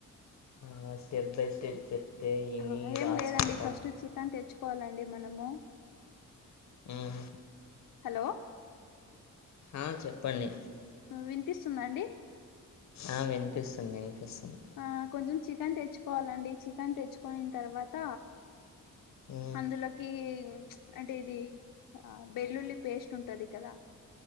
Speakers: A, on the left; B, on the left.
A: ఆ స్టెప్ బై స్టెప్ చెప్తే విని
B: ఆ ఏం
A: రాసుకుంటాం
B: లేదండి ఫస్ట్ చికెన్ తెచ్చుకోవాలండి మనము
A: ఆమ్
B: హలో
A: ఆ చెప్పండి
B: ఆ వినిపిస్తుందా అండి
A: ఆ వినిపిస్తుంది వినిపిస్తుంది
B: ఆ కొంచెం చికెన్ తెచ్చుకోవాలండి చికెన్ తెచ్చుకునిన తర్వాత
A: మ్మ్,
B: అందులోకి అంటే ఇది ఆ వేల్లుల్లి పేస్ట్ ఉంటది కదా